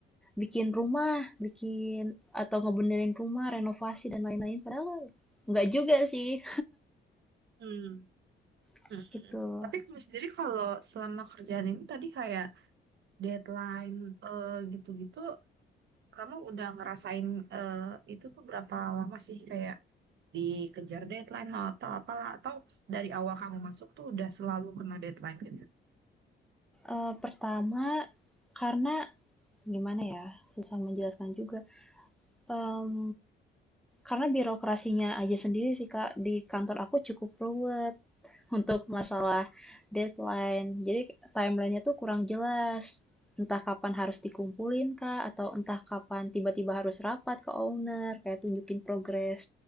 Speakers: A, in the centre; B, on the right.
A: Bikin rumah, bikin atau ngebenerin rumah, renovasi dan lain-lain. Padahal nggak juga sih,
B: Hmm.
A: <laughs>
B: Mm.
A: gitu.
B: Tapi kamu sendiri kalau selama kerjaan ini tadi kayak deadline eh, gitu-gitu, kamu udah ngerasain eh, itu tuh berapa lama sih kayak dikejar deadline lah atau apalah atau dari awal kamu masuk tuh udah selalu kena deadline gitu.
A: Eh, pertama, karena gimana ya, susah menjelaskan juga. Em, karena birokrasinya aja sendiri sih Kak, di kantor aku cukup ruwet <laughs> untuk masalah deadline. Jadi timelinenya tuh kurang jelas. Entah kapan harus dikumpulin Kak, atau entah kapan tiba-tiba harus rapat ke owner, kayak tunjukin progres